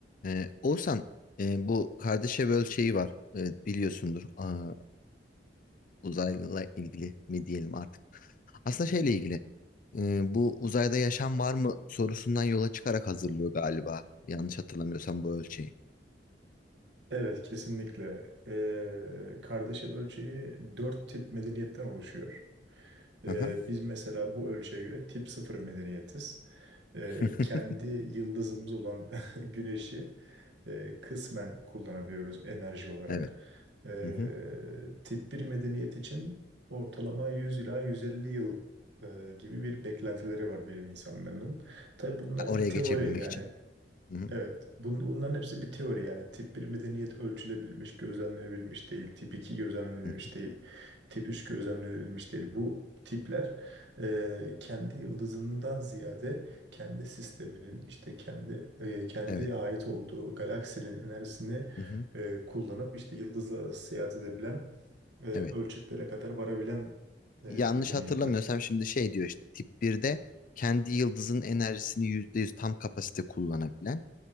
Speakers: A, on the left; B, on the right.
A: Ee, Oğuzhan, e, bu Kardashev ölçeği var. E, biliyorsundur. Aa, uzayla ilgili mi diyelim artık. Aslında şeyle ilgili. e, bu uzayda yaşam var mı sorusundan yola çıkarak hazırlıyor galiba. Yanlış hatırlamıyorsam bu ölçeği.
B: Evet, kesinlikle. Ee, Kardeşev ölçeği dört tip medeniyetten oluşuyor. Ee,
A: Hı hı.
B: biz mesela bu ölçüye göre tip sıfır medeniyetiz. Ee,
A: <laughs>
B: kendi yıldızımız olan <laughs> güneşi e, kısmen kullanabiliyoruz enerji olarak.
A: Evet.
B: Ee,
A: Hı hı.
B: tip bir medeniyet için ortalama 100 ila 150 yıl e, gibi bir beklentileri var bilim insanlarının. Tabii bunlar
A: Ha, Oraya
B: bir teori
A: geçebilmek
B: yani
A: için. Hı hı.
B: Evet. Bun, bunların hepsi bir teori yani. Tip bir medeniyet ölçülebilmiş, gözlemlenebilmiş değil. Tip 2 gözlemlenebilmiş
A: Hı hı.
B: değil. Tip 3 gözlemlenebilmiş değil. Bu tipler e, kendi yıldızından ziyade kendi sisteminin işte kendi e, kendi
A: Evet.
B: ait olduğu galaksinin enerjisini
A: Hı hı.
B: e, kullanıp işte yıldızla arası seyahat edebilen e, ölçeklere
A: Evet.
B: kadar varabilen e,
A: Yanlış
B: medeniyetler.
A: hatırlamıyorsam şimdi şey diyor işte tip birde kendi yıldızın enerjisini %100 tam kapasite kullanabilen